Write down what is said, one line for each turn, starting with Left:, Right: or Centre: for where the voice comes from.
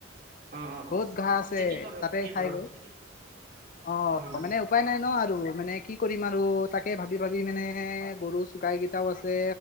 Right: অ অ
Left: বহুত
Right: অ
Left: ঘাঁহ আছে।
Right: ঠিকে কৰ
Left: তাতে
Right: ঠিকে
Left: খাইগৈ,
Right: কৰ ঠিকে কৰ
Left: অৱ
Right: অ
Left: মানে উপায় নাই ন আৰু মানে কি কৰিম আৰু তাকে ভাবি ভাবি মানে গৰু চগাই কেইটাও আছে।